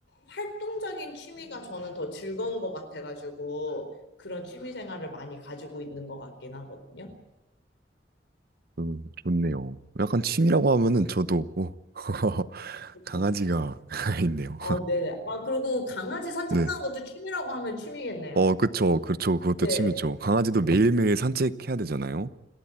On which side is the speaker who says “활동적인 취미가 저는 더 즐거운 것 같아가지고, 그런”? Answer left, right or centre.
Left